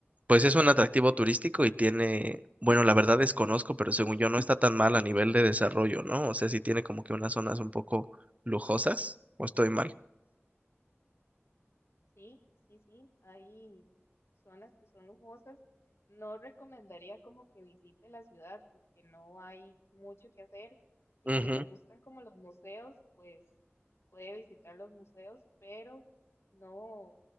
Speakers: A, on the right; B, on the left.
A: pues es un atractivo turístico y tiene, bueno, la verdad desconozco, pero según yo no está tan mal a nivel de desarrollo, ¿no? O sea, sí tiene como que unas zonas un poco lujosas, o estoy mal.
B: Sí, sí, sí, hay zonas que son lujosas. No recomendaría como que visite la ciudad porque no hay mucho que hacer. Si
A: Ujú,
B: le gustan como los museos, pues puede visitar los museos, pero no,